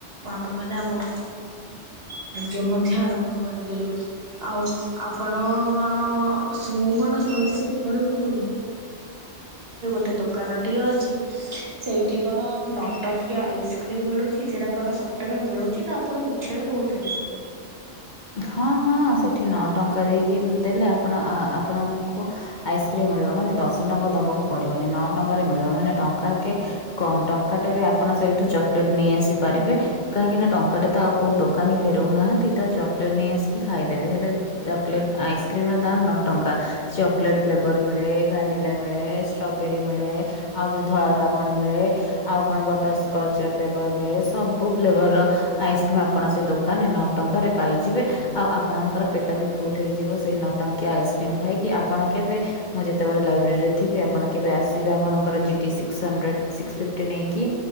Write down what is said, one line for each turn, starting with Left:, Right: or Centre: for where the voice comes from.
Right: ଆମେ ମାନେ ଆମ ମ କାର୍ଯ୍ୟ ମଧ୍ୟ ଆରମ୍ଭ କରିଦେଲୁ ଆଉ ଆପଣ କଣ ଶନ ମୁଁ କଣ ଶୁଣଥିଲି ଆପଣଙ୍କୁ ଗୋଟେ ଦୋକାନ ଟି ଅଛି ସେଇଠି କଣ ନଟଙ୍କିଆ ଆଇସ୍କ୍ରିମ ମିଳୁଛି ସେଟା କଣ ଟରେ ମିଳୁଛି ନା ଆପଣ ମିଛରେ କହୁଥିଲେ?
Left: ହଁ ହଁ ସେଠି ନଅ ଟଙ୍କା ଦେଇକି ଦେଲେ ଆପଣ ଆପଣଙ୍କୁ ଆଇସ୍କ୍ରିମ୍ ମିଳିବ। ମାନେ ଦଶ ଟଙ୍କା ଦବାକୁ ପଡିବନି ନଅ ଟଙ୍କାରେ ମିଳିବ ମାନେ ଟଙ୍କାକେ କମ୍ ଟଙ୍କାଟାରେ ଆପଣ ସେଇଠୁ ଚକୋଲେଟ୍ ନେଇ ଆସିବେ। ପାରିବେ କାହିଁକି ନା ଟଙ୍କାଟା ତ ଆଉ କଉ ଦୋକାନୀ ଫେରଉନାହାନ୍ତି ତ ଚକୋଲେଟ୍ ନେଇ ଆସିକି ଖାଇଦେବେ ହେଲେ ଚକଲେଟ ଆଇସ୍କ୍ରିମ ର ଦାାମ ନ ଟଙ୍କା ଚକୋଲେଟ୍ ଫ୍ଲେଭର ମିଳେ ଭାନ ମିଳେ୍ରବେରୀ ମିଳେ ଆଉ ଯଉ ଧଳା ଧଳା କଣ ମିଳେ ଆଉ କଣ ବଟର ସ୍ଚ ର ମିଳେ ସବୁ ଫ୍ଲେଭର ର ଆଇସ୍କ୍ରିମ ଆପଣ ସେ ଦୋକାନରେ ନଅ ଟଙ୍କାରେ ପାଇଯିବେ ଆଉ ଆପଣଙ୍କର ପେଟ ବି ଫୁଲ ହୋଇଇଯିବ ସେଇ ନଟଙ୍କିଆ ଆଇସ୍କ୍ରିମ୍ ଖାଇକି ଆପଣ କେବେ ମୁଁ ଯେତେବେଳେ ଲାଇବ୍ରେରୀରେ ଥିବି ଆପଣ କେବେ ଆସିବେ ଆପଣଙ୍କର G T six hundred six fifty ନେଇକି